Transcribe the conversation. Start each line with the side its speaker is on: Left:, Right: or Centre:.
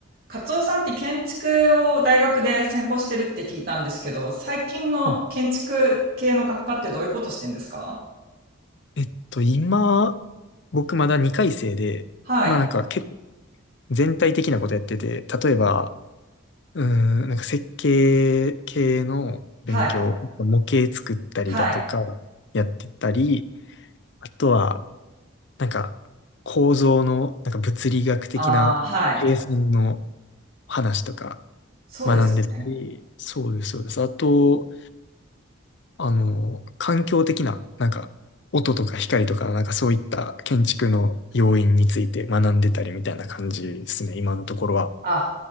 Right: カツオさんって建築を大学で専攻してるって聞いたんですけど、最近の建築系の学科ってどういうことしてんですか
Left: えっと、今、僕まだ2回生で、
Right: はい、
Left: まあなんか結構全体的なことやってて、例えば、うーん、なんか設計系の勉強、
Right: はい、
Left: 模型作ったりだとか
Right: はい。
Left: やってたり、あとは、なんか構造の、なんか物理学的な計算の
Right: ああ、はい。
Left: 話とか
Right: そうですね。
Left: 学んでたり、そうです、そうです。あと、あの、環境的な、なんか、音とか光とか、なんかそういった建築の要因について学んでたりみたいな感じですね、今のところは。
Right: あ、